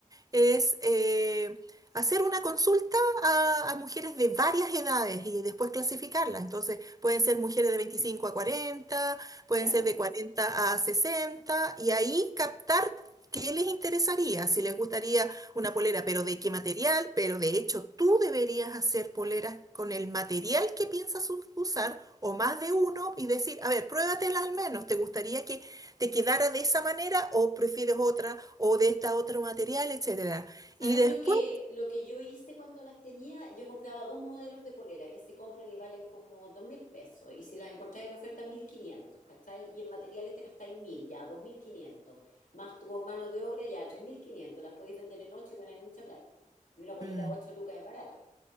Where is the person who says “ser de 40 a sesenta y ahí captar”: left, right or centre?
Right